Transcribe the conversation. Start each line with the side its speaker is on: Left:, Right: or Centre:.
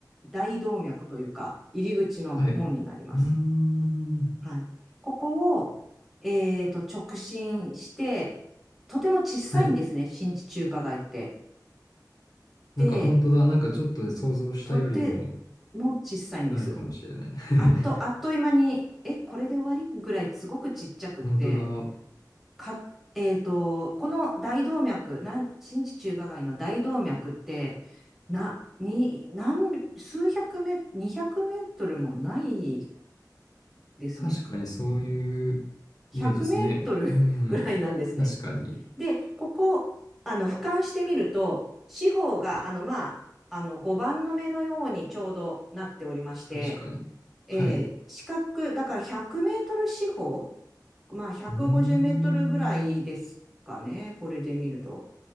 Centre: 大動脈というか、入り口の門になります。
Left: はい。うーん。
Centre: はい。ここを、えっと、直進して、とても小さいんですね、
Left: はい。
Centre: 新地中華街って。で、
Left: なんか本当だ。なんかちょっと想像したよりも、
Centre: とても小さいんです。
Left: ないかもしれない。<laughs>
Centre: あっと、あっという間に、え、これで終わりぐらいすごくちっちゃくって、
Left: 本当だ。
Centre: か、えっと、この大動脈、なん新地中華街の大動脈って、な、に、何、数百メ、200メートルもないですね。
Left: 確かにそういうイメージですね。
Centre: 100メートル <laughs>
Left: うん。
Centre: ぐらいなんですね。
Left: 確かに。
Centre: で、ここ、あの、俯瞰してみると、四方が、
Left: はい。
Centre: あの、まあ、あの、5番の目のようにちょうどなっておりまして、
Left: 確かに。
Centre: えー四角、
Left: はい。う
Centre: だから100メートル四方、まあ、150メートルぐらいですかね、
Left: ーん。
Centre: これで見ると。